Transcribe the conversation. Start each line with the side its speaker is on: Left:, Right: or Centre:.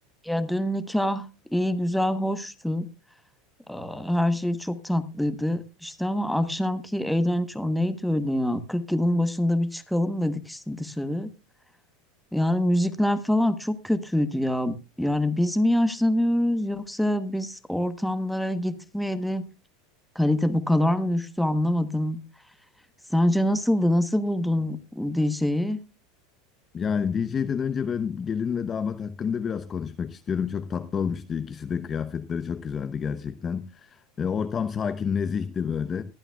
Centre: Ya dün nikah iyi güzel hoştu. Aa, Her şey çok tatlıydı. İşte ama akşamki eğlence o neydi öyle ya? 40 yılın başında bir çıkalım dedik işte dışarı. Yani müzikler falan çok kötüydü ya. Yani biz mi yaşlanıyoruz yoksa biz ortamlara gitmeyeli kalite bu kadar mı düştü anlamadım. Sence nasıldı? Nasıl buldun DJ'yi?
Left: Yani DJ'den önce ben gelin ve damat hakkında biraz konuşmak istiyorum. Çok tatlı olmuştu ikisi de. Kıyafetleri çok güzeldi gerçekten. E, ortam sakin, nezihti böyle.